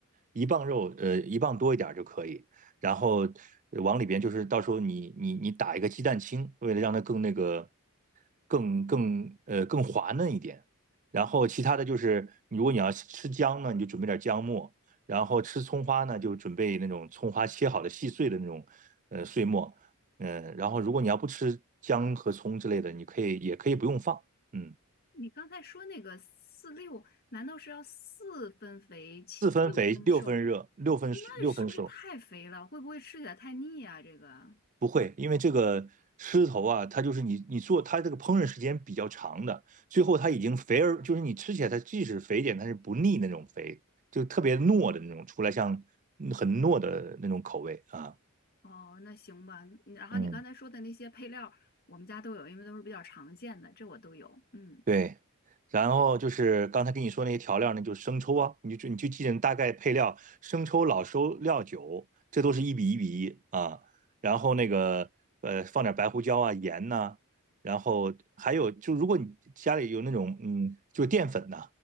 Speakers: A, on the right; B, on the left.
A: 一磅肉呃一磅多一点儿就可以。然后呃往里边就是到时候你你你打一个鸡蛋清，为了让它更那个更更呃更滑嫩一点。然后其他的就是，如果你要吃姜呢，你就准备点姜末；然后吃葱花呢，就准备那种葱花切好的细碎的那种呃碎末。嗯，然后如果你要不吃姜和葱之类的，你可以也可以不用放。嗯，
B: 你刚才说那个四六，难道是要四分肥七六分瘦？
A: 四分肥，六分热，六分六分熟。
B: 那是不是太肥了？会不会吃起来太腻啊？这个
A: 不会，因为这个狮头啊，它就是你你做它这个烹饪时间比较长的，最后它已经肥而就是你吃起来它即使肥一点，它是不腻那种肥，就特别糯的那种，出来像嗯很糯的那种口味啊。
B: 哦，那行吧。然后你刚才说的那些配料，
A: 嗯。
B: 我们家都有，因为都是比较常见的，这我都有。嗯。
A: 对，然后就是刚才跟你说那些调料呢，就是生抽啊，你就你就记着大概配料，生抽、老抽、料酒，这都是一比一比一啊。然后那个呃，放点白胡椒啊、盐呐、然后还有就如果你家里有那种嗯，就是淀粉呐、